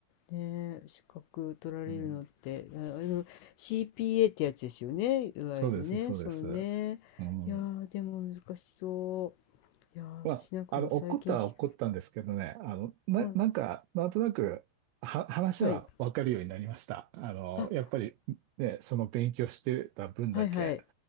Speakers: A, on the left; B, on the right.
A: ねえ、資格取られるのって、
B: うん
A: あ、あの、CPA ってやつですよね。いわゆるね、
B: そうです、そうです。
A: そのね。
B: うん。
A: いやー、でも難しそう。いやー、
B: まあ、
A: 私なんかもう最近し、
B: あの、怒ったは怒ったんですけどね、あの、な、
A: うん、
B: なんか、なんとなく、は、話は分かるようになりました。
A: はい。
B: あの、
A: あ、
B: やっぱり、ね、その勉強してた分だけ、
A: はいはい。